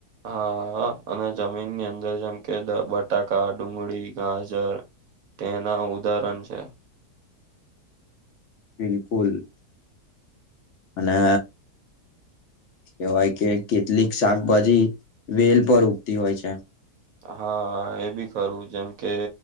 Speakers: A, on the right (about 70°); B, on the left (about 60°).
A: હા અને જમીનની અંદર જેમ કે બટાકા ડુંગળી ગાજર તેના ઉદાહરણ છે.
B: બિલકુલ. અને કેવાય કે કેટલીક શાકભાજી વેલ પર ઉગતી હોય છે.
A: હા એ બી ખરુ જેમ કે